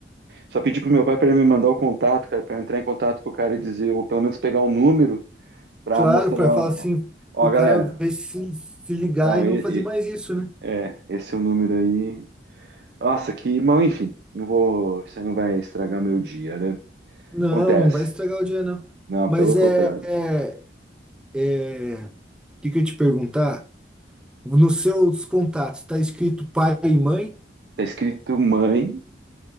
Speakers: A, on the right (about 65°); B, in the centre.
A: só pedi pro meu pai para ele me mandar o contato, cara, para eu entrar em contato com o cara e dizer, ou pelo menos pegar o número para
B: Claro,
A: mostrar,
B: para falar assim,
A: ó,
B: pro
A: galera,
B: cara ver se, se ligar
A: ó,
B: e
A: e-
B: não fazer mais isso, né?
A: É, esse é o número aí. Nossa, que mal, enfim, não vou, isso aí não vai estragar meu dia, né?
B: Não,
A: Acontece.
B: não vai estragar o dia, não.
A: Não,
B: Mas
A: pelo contrário.
B: é, é, é, o que que eu ia te perguntar? Nos seus contatos tá escrito pai e mãe?
A: Tá escrito mãe